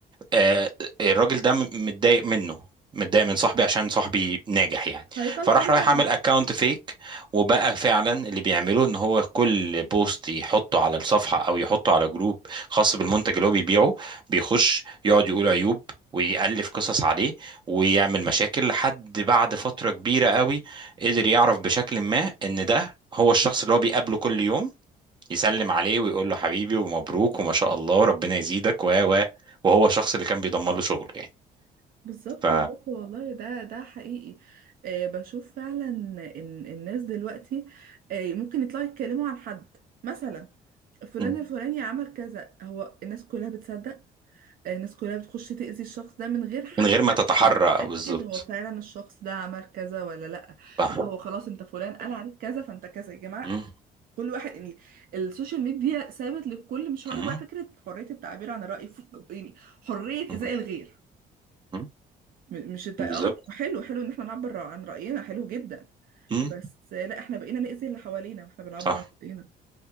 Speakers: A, on the right (about 30°); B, on the right (about 60°).
A: آه، آه، الراجل ده م- متضايق منه متضايق من صاحبي عشان صاحبي ناجح يعني
B: هيطلع
A: فراح
B: عليه
A: رايح
B: شمع
A: عامل اكونت فيك وبقى فعلا اللي بيعملوه ان هو كل بوست يحطه على الصفحة او يحطه على جروب خاص بالمنتج اللي هو بيبيعه بيخش يقعد يقول عيوب ويألف قصص عليه ويعمل مشاكل لحد بعد فترة كبيرة قوي قدر يعرف بشكل ما ان ده هو الشخص اللي هو بيقابله كل يوم يسلم عليه ويقول له حبيبي ومبروك وما شاء الله وربنا يزيدك و و وهو الشخص اللي كان بيضمن له شغل يعني
B: بالظبط
A: ف
B: بالظبط والله ده ده حقيقي آه بشوف فعلا ان الناس دلوقتي آه ممكن يطلعوا يتكلموا عن حد مثلا فلان
A: مم.
B: مم. الفلاني عمل كذا هو الناس كلها بتصدق آه، الناس كلها بتخش تأذي الشخص ده من غير حتى
A: من غير ما تتحرى
B: ما تتأكد
A: بالظبط
B: هو فعلا الشخص ده عمل كذا ولا لا
A: صح
B: لا هو خلاص انت فلان قال عليك كذا فانت كذا يا جماعة
A: مم.
B: كل واحد يعني السوشيال ميديا سابت للكل مش هقولك
A: مم.
B: بقى فكرة حرية التعبير عن الرأي ف- يعني حرية
A: مم.
B: إيذاء الغير
A: مم.
B: م- مش الت-
A: بالظبط
B: اه حلو حلو ان احنا نعبر عن رأينا حلو جدا
A: مم.
B: بس لا احنا بقينا نأذي اللي حوالينا واحنا بنعبر
A: صح
B: عن رأينا